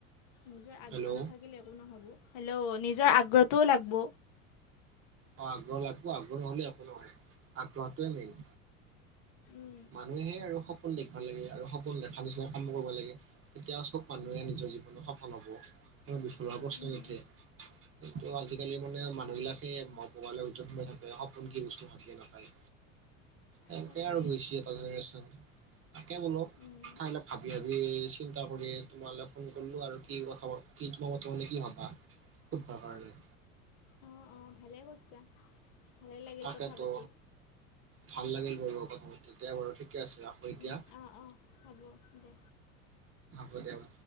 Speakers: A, on the left (about 60°); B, on the right (about 30°).
A: নিজৰ আগ্ৰহ
B: হেল্ল'
A: নাথাকিলে একো নহ'ব হেল্ল' নিজৰ আগ্ৰহটোও লাগিব।
B: অ', আগ্ৰহ লাগিব আগ্ৰহহ'লে একো নহয়। আগ্ৰহটোৱে মেইন
A: উম,
B: মানুহে আৰু সপোন দেখিবা লাগে আৰু সপোন দেখা নিচিনা কাম কৰিব লাগে। তেতিয়া চব মানুহে নিজৰ সল হব বিফলৰ প্ৰশ্ন
A: উম,
B: নঠে সটো আজিকালি মানে মানুহবিলাক স ম পলৰ ভিতৰত সোমে থাকে সপোন কি বস্তু ভাবিয়ে নাপায়। তেনেকে
A: তাকে
B: আৰু গৈছ এটা জেনেৰেশ্যন তাকে বোলো
A: উম,
B: খাইিল ভাবি-ভাবি চিন্তা কৰি তোমালৈ ফোন কৰিলো আৰু কি কথা কিম তে কি হবা খু ভাহৰলৈ
A: আহ অ ভালে কৈছা ভালে লাগিল
B: তাকেতো
A: কথা পাতি
B: ভাল লাগেিল বল কথা তেতিয়াাই বাৰু ঠিকে আছে ৰাখো এতিয়া
A: উম, অ', অ', হ'ব দে।
B: বাম